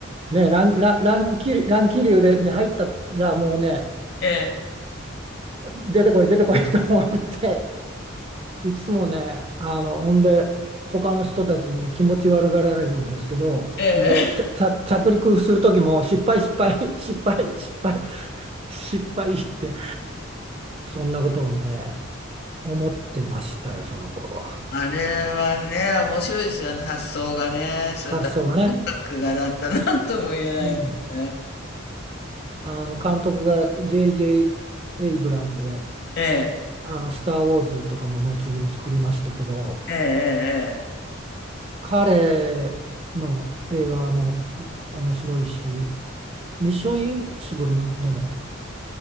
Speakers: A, on the right; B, on the left.
A: うね乱、乱、乱気流、乱気流でに入ったらもうね
B: ええ、
A: 出てこい出てこいと思っていつもね、あの、ほんで、他の人たちにね、気持ち悪がられるんですけど、
B: ええ。
A: で、ちゃ、ちゃ、
B: <laughs>
A: 着陸する時も、失敗、失敗、<laughs> 失敗、失敗、失敗って、そんなことをね、思ってましたよ、その頃は。
B: あれはね、面白いですよね、発想がね。そういった音楽がなったなんとも言えないですよね。
A: 発想がね。うん。あの、監督が J.J. エイブラムで、
B: ええ、
A: あの、スター・ウォーズとかも後に作りましたけど、
B: ええ、ええ、
A: 彼の映画も面白いし、ミッションインポッシブルでも、